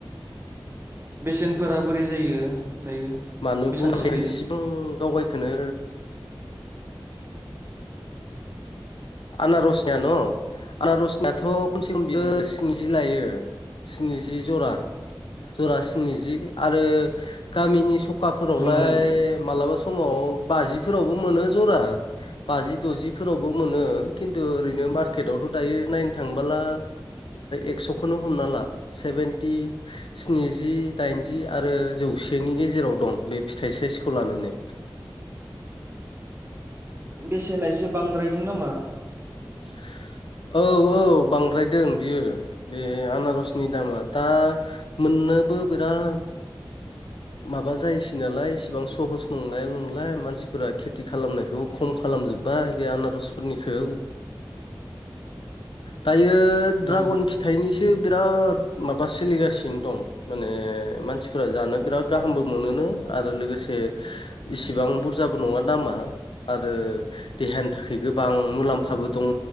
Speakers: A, on the right; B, on the left.
A: बेसेनफोरा बोरै जायो दायो।
B: मानो
A: बेसेबां
B: बुंखो
A: सोलिदों
B: इसे गाव गावखौनो आनारसनि न' आनारसनिथ' खमसे खम बियो।
A: उम
B: स्निजि लायो स्निजि जौ आरो‌ जरा स्निजि आरो गामिनि सखाफोरावलाय
A: जरायै?
B: मालाबा सम समाव बाजिफोरावबो मोनो जरा बाजि दजिफोरावबो मो मोनो खिन्थु ओरैनो मारकेटावथ'
A: उम
B: दायो नायनो थांबोला एक्स'खौनो हमना ला सेभेनटि स्निजि दाइनजि आरो जौसेनि गेजेराव दं बे फिथाइ साइसखौ लानानै
A: बेसेना एसे बांद्रायदों नामा?
B: <inaudible> औ औ बांद्रायदों बियो बे आनारसनि दामा दा‌ ओ मोननोबो बिराद माबा जायोसै नालाय इसिबां सहस नंलाया नंला मानसिफोरा खेथि खालामनायखौ। खम खालामजोब्बाय बे आनारसफोरनिखौ दायो द्रां
A: उम
B: फिथाइनिसो बिराद माबा सोलिगासिनो दं। माने मानसिफोरा जानो बिराद गाहामबो मोनोनो आरो लोगोसे। इसिबां बुरजाबो नङा नामा आरो देहानि थाखाय गोबां मुलाम्फा दाबो दङ